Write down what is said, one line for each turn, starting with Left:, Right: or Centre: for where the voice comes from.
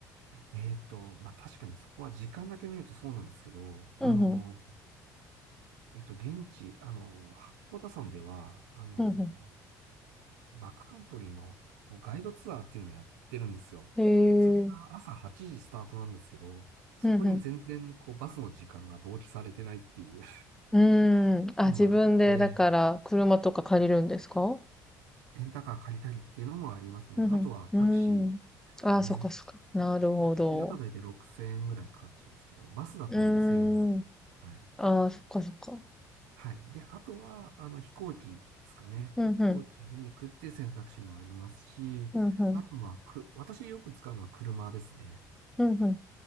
Right: えーっと、まあ、確かにそこは時間だけ見るとそうなんですけど、あの、
Centre: うん、うん、
Right: えっと、現地、あの、八甲田山では、あの、
Centre: うん、うん。
Right: バックカントリーのこうガイドツアーっていうのをやってるんですよ。
Centre: へえ。
Right: それが朝8時スタートなんですけど、そこに全然こうバスの時間が同期されてないっていう
Centre: うん、うん、うーん。
Right: <laughs>
Centre: あ、
Right: のがあって、
Centre: 自分で、だから、車とか借りるんですか
Right: レンタカー借りたりっていうのもありますね。
Centre: うんうん。
Right: あとはタクシーですかね。
Centre: うーん。ああ、そっかそっか。なるほど。
Right: タクシーだと大体6000円ぐらいかかっちゃうんですけど、バスだと2000円。
Centre: うーん。
Right: はい。
Centre: ああ、そっかそっか。
Right: はい。で、あとは、あの、飛行機ですかね。
Centre: うんうん。
Right: 飛行機に行くっていう選択肢もありますし、
Centre: うんうん。
Right: あとはく、私よく使うのは車ですね。
Centre: うんうん。